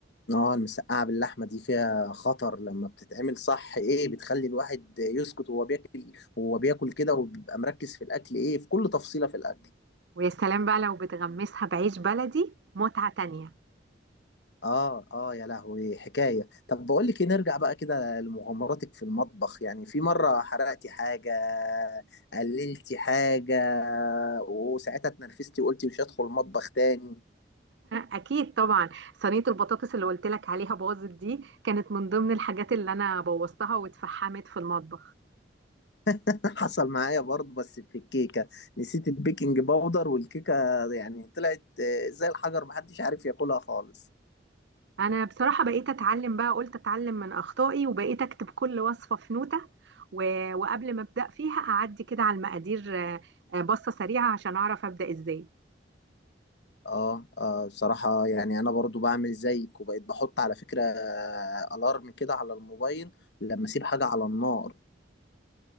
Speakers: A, on the left (about 65°); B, on the right (about 70°).
A: اه المسقعة باللحمة دي فيها خطر لما بتتعمل صح ايه بتخلي الواحد يسكت وهو بياكل وهو بياكل كده وبيبقى مركز في الاكل ايه في كل تفصيلة في الاكل
B: ويا سلام بقى لو بتغمسها بعيش بلدي متعة تانية
A: اه اه يا لهوي حكاية طب بقول لك ايه نرجع بقى كده لمغامراتك في المطبخ يعني في مرة حرقتي حاجة قللتي حاجة وساعتها اتنرفزتي وقلتي مش هدخل المطبخ تاني
B: اكيد طبعا صينيه البطاطس اللي قلت لك عليها باظت دي كانت من ضمن الحاجات اللي انا بوظتها واتفحمت في المطبخ
A: <laughs> حصل معايا برضه بس في الكيكة نسيت البيكنج باودر والكيكة يعني طلعت آه، زي الحجر محدش عارف ياكلها خالص
B: انا بصراحه بقيت اتعلم بقى قلت اتعلم من اخطائي وبقيت اكتب كل وصفه في نوته و... وقبل ما ابدا فيها اعدي كده على المقادير آه، آه، بصه سريعه عشان اعرف ابدا ازاي
A: اه اه بصراحة يعني انا برضو بعمل زيك وبقيت بحط على فكرة آه، الارم كده على الموبايل لما اسيب حاجة على النار